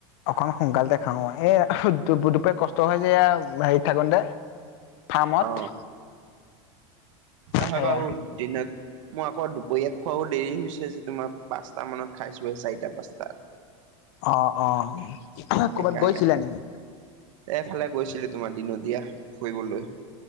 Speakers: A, on the left; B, on the right.
A: অকন সোনকালে খাওঁ আৰু <unintelligible> দুপু দুপ কষ্ট হয় যে হেৰিত থাকোঁতে। ফাৰ্মত।
B: অ অ' হয়
A: সেয়া
B: <unintelligible> দিনত মই আকৌ দুপৰীয়া খোৱাও দেৰি হৈছে যে, তোমাৰ পাঁচটা মানত খাইছোঁহে, চাৰিটা পাঁচটাত।
A: অ', অ'।
B: সেইকাৰণে,
A: ক'ৰবাত গৈছিলা নেকি?
B: এফালে গৈছিলোঁ তোমাৰ দিনত, দিয়া ফুৰিবলৈ।